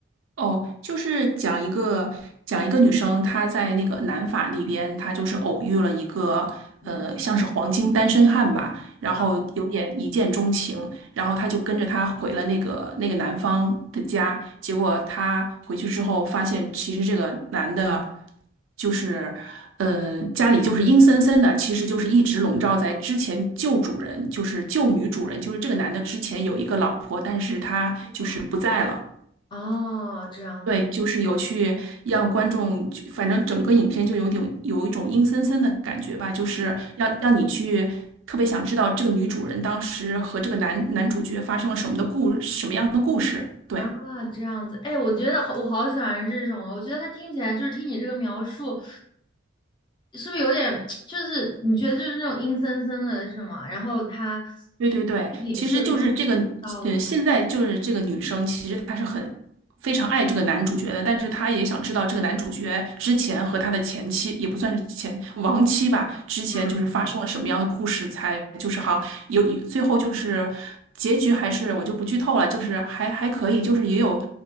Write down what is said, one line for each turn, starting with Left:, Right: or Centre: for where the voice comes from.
Right: 哦，就是讲一个讲一个女生，她在那个南法那边，她就是偶遇了一个呃，
Left: 嗯，
Right: 像是黄金单身汉吧，然后有点一见钟情，
Left: 啊
Right: 然后她就跟着他回了那个那个男方的家，结果她回去之后发现，其实这个男的，就是呃，家里就是阴森森的，其实就是一直笼罩在之前旧主人，就是旧女主人，就是这个男的之前有一个老婆，但是他就是不在了。
Left: 啊！哦，这样子
Right: 对，就是有去让观众就，反正整个影片就有点有一种阴森森的感觉吧，就是让让你去特别想知道这个女主人当时和这个男男主角发生了什么的故什么样的故事。对。
Left: 啊，这样子。哎，我觉得好我好喜欢这种哦我觉得它听起来就是听你这个描述，是不是有点 <tsk> 就是你觉得就是那种阴森森的是吗？然后它就是背景设定也到了，
Right: 对对对，其实就是这个，呃，现在就是这个女生，其实她是很非常爱这个男主角的，但是她也想知道这个男主角之前和他的前妻，也不算是前亡妻吧，之前就是发生了什么样的故事，
Left: 嗯。
Right: 才就是好像有有最后就是结局还是我就不剧透了，就是还还可以，就是也有，